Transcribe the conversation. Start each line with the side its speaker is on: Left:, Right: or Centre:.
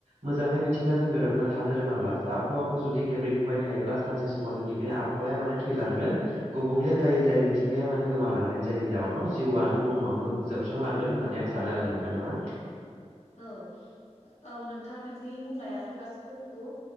Right: मोजाङै मिथिंगाजों गोरोबना थानो रोङाब्ला आबहावाखौ जुदि गेब्रें होबाय थायोब्ला सानसे समाव जोंनि बे आबहावाया माने थैलांगोन गुबुंले जाय जाय मिथिंगाया माने गोमालांगोन जायनि जाउनाव जिउआनो बुहुमाव जोबस्रांलांगोन होननानै आं सानो आरो नोंथां ना।
Left: औ औ नोंथां नोंनि बुंनायाथ' गाससिबो नोंगौ